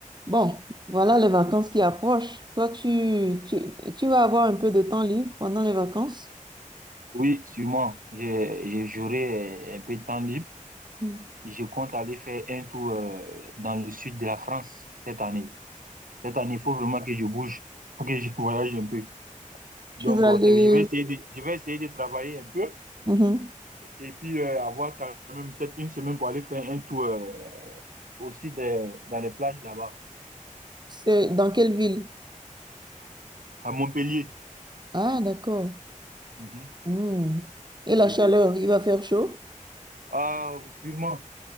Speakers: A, on the right; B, on the right.
A: Bon, voilà les vacances qui approchent. Toi, tu, tu, tu vas avoir un peu de temps libre pendant les vacances.
B: Oui, sûrement. J'ai- j'ai- J'aurai euh, un peu de temps libre.
A: Mm.
B: Je compte aller faire un tour euh, dans le sud de la France cette année. Cette année, il faut vraiment que je bouge, <laughs> faut que je voyage un peu. Donc,
A: Tu vas
B: euh,
A: aller...
B: c'est- je vais essayer de, je vais essayer de travailler un peu
A: Mhm.
B: et puis euh, avoir quand même peut-être une semaine pour aller faire un tour euh, aussi des- dans les plages là-bas,
A: C'est dans quelle ville?
B: à Montpellier.
A: Ah, d'accord.
B: Mhm,
A: Hmm.
B: Montpellier.
A: Et la chaleur, il va faire chaud?
B: Ah, sûrement.